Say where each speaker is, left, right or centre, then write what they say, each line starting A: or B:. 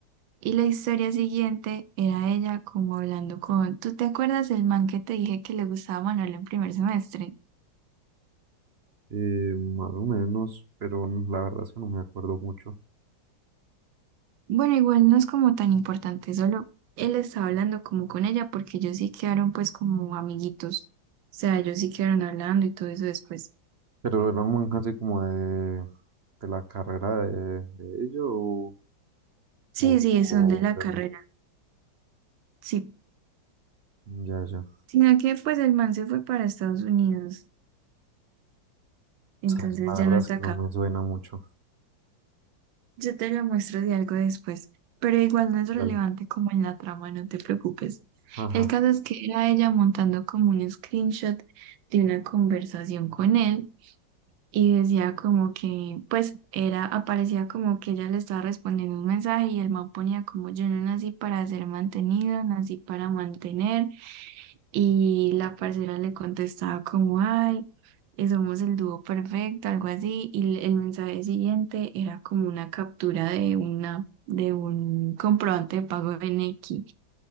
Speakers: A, on the right; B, on the right.
A: Y la historia siguiente era ella como hablando con, ¿tú te acuerdas del man que te dije que le gustaba Manuel en primer semestre?
B: Eh, más o menos, pero la verdad es que no me acuerdo mucho.
A: Bueno, igual no es como tan importante, solo él estaba hablando como con ella porque ellos sí quedaron pues como amiguitos. O sea, ellos sí quedaron hablando y todo eso después.
B: Pero era un manga así como de, de la carrera de, de ello o,
A: Sí,
B: o-
A: sí, son
B: o
A: de la
B: de
A: carrera, sí.
B: Ya, ya.
A: Sino que pues el man se fue para Estados Unidos, entonces
B: Sabes, La
A: ya
B: verdad
A: no está
B: es que
A: acá.
B: no me suena mucho.
A: Yo te lo muestro de algo después, pero igual no es relevante
B: Dale.
A: como en la trama, no te preocupes.
B: Ajá.
A: El caso es que era ella montando como un screenshot de una conversación con él y decía como que, pues era, aparecía como que ella le estaba respondiendo un mensaje y el man ponía como yo no nací para ser mantenido, nací para mantener y la parcera le contestaba como ay, eh, somos el dúo perfecto, algo así y el el mensaje siguiente era como una captura de una de un comprobante de pago en X.